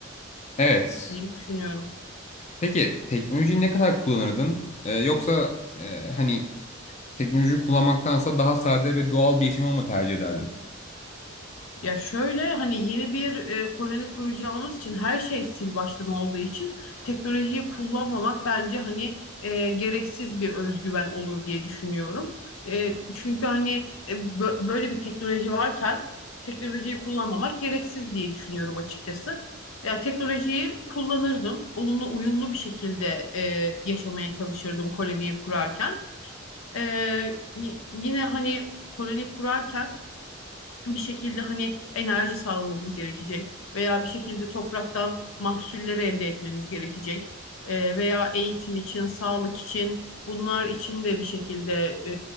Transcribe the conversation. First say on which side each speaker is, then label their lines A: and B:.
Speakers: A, on the left; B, on the left.
A: Evet.
B: diye düşünüyorum.
A: Peki teknolojiyi ne kadar kullanırdın? E, yoksa e, hani teknolojiyi kullanmaktansa daha sade ve doğal bir yaşamı mı tercih ederdin?
B: Ya şöyle hani yeni bir e, koloni kuracağımız için her şey sil baştan olduğu için teknolojiyi kullanmamak bence hani e, gereksiz bir özgüven olur diye düşünüyorum. E, çünkü hani e, bö- böyle bir teknoloji varken teknolojiyi kullanmamak gereksiz diye düşünüyorum açıkçası. Ya teknolojiyi kullanırdım. Onunla uyumlu bir şekilde e, yaşamaya çalışırdım koloniyi kurarken. E, y- yine hani koloni kurarken bir şekilde hani enerji sağlamamız gerekecek veya bir şekilde topraktan mahsulleri elde etmemiz gerekecek Ee, veya eğitim için, sağlık için bunlar için de bir şekilde e,